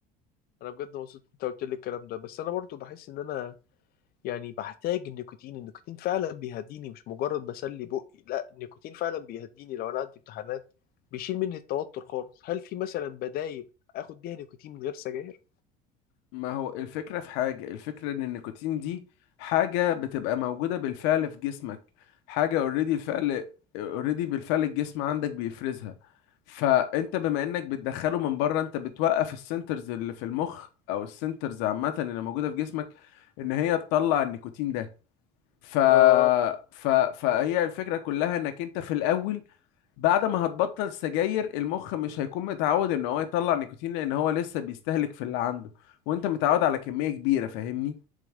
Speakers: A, on the left; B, on the left.
A: انا بجد مبسوط إن انت قلت لي الكلام ده بس انا برضو بحس ان انا يعني بحتاج النيكوتين النيكوتين فعلا بيهديني مش مجرد بسلي بقي لا النيكوتين فعلا بيهديني لو انا عندي امتحانات بيشيل مني التوتر خالص هل في مثلا بدايل اخد بيها نيكوتين من غير سجاير
B: ما هو الفكرة في حاجة الفكرة ان النيكوتين دي حاجة بتبقى موجودة بالفعل في جسمك حاجة اوريدي الفعل اوريدي بالفعل الجسم عندك بيفرزها فانت بما انك بتدخله من بره انت بتوقف السنترز اللي في المخ او السنترز عامة اللي موجودة في جسمك ان هي تطلع النيكوتين ده ف...
A: آه
B: ف... فهي الفكرة كلها انك انت في الاول بعد ما هتبطل سجاير المخ مش هيكون متعود ان هو يطلع نيكوتين لان هو لسه بيستهلك في اللي عنده وانت متعود على كمية كبيرة فاهمني